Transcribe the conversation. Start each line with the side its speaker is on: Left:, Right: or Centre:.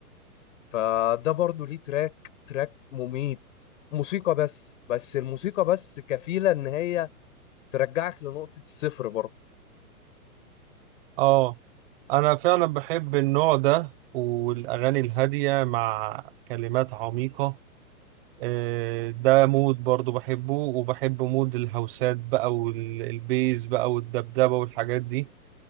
Left: فده برضو ليه تراك تراك مميت موسيقى بس بس الموسيقى بس كفيلة ان هي ترجعك لنقطة الصفر برضو
Right: اه انا فعلا بحب النوع ده والاغاني الهادية مع كلمات عميقة آه، ده مود برضو بحبه وبحب مود الهوسات بقى والبيز بقى والدبدبة والحاجات دي